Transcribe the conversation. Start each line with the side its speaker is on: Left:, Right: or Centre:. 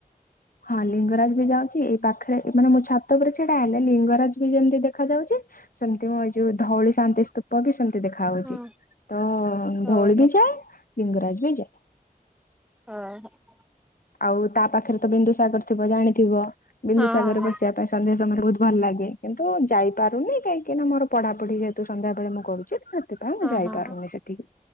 Left: ହଁ ଲିଙ୍ଗରାଜ ବି ଯାଉଚି ଏଇ ପାଖରେ ମାନେ ମୁଁ ଛାତ ଓପରେ ଛିଡ଼ା ହେଲେ ଲିଙ୍ଗରାଜ ବି ଯେମତି ଦେଖା ଯାଉଚି ସେମତି ମ ଏ ଯୋଉ ଧଉଳି ଶାନ୍ତି ସ୍ତୁ ପ ବିି ସେମତି ଦେଖା ହଉଚି
Centre: ହଁ
Left: ତ ଧଉଳି
Centre: ଓହୋ
Left: ବି ଯାଏ ଲିଙ୍ଗରାଜ ବି ଯାଏ।
Centre: ହଁ ହଁ।
Left: ଆଉ ତା ପାଖରେ ତ ବିନ୍ଦୁସାଗର ଥିବ ଜାଣିଥିବ ବିନ୍ଦୁସାଗରରେ
Centre: ହଁ ହଁ ହଁ।
Left: ବସିବା ପ୍ରାୟ ସନ୍ଧ୍ୟା ସମୟରେ ବହୁତ ଭଲ ଲାଗେ କିନ୍ତୁ ଯାଇପାରୁନି କହିଁକି ନା ମୋର ପଢ଼ପଢ଼ି ଯେହେତୁ ସନ୍ଧ୍ୟା ବେଳେ ମୁଁ କରୁଚି ତ ହେଥିପାଇଁ
Centre: ହଁ
Left: ଯାଇପାରୁନି
Centre: ହଁ ହଁ
Left: ସେ ଠିକି